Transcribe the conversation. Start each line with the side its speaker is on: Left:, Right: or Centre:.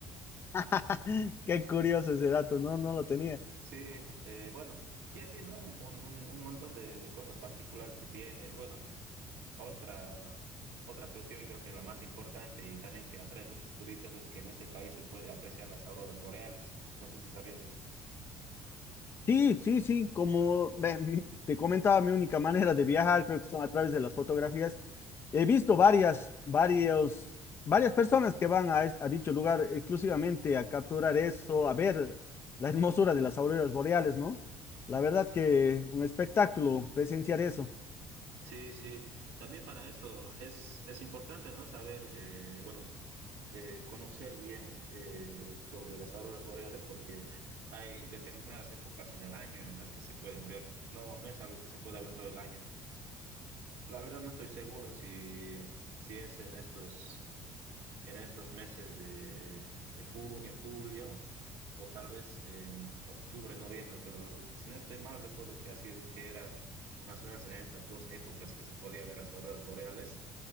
Left: <laughs> Qué curioso ese dato, no, no lo tenía.
Right: Sí, eh, bueno, y así, ¿no? Un, un, un montón de, de, cosas particulares que tiene. Bueno, y otra, otra cuestión, y creo que la más importante y también que atrae muchos turistas, es que en este país se puede apreciar las auroras boreales. No sé si sabías esto.
Left: Sí, sí, sí, como me- <laughs> te comentaba, mi única manera de viajar creo que son a través de las fotografías. He visto varias, varios, varias personas que van a, es- a dicho lugar exclusivamente a capturar eso, a ver la hermosura de las auroras boreales, ¿no? La verdad que un espectáculo presenciar eso.
Right: Sí, sí. También para esto es, es importante, ¿no? Saber, eh, bueno, eh, conocer bien eh, sobre las auroras boreales porque hay determinadas épocas en el año en las que se pueden ver. No, no es algo que se pueda ver todo el año. La verdad no estoy seguro si, si es en estos, en estos meses de, de junio, julio o tal vez en octubre, noviembre, pero si no estoy mal recuerdo que así que era más o menos en estas dos épocas que se podía ver las auroras boreales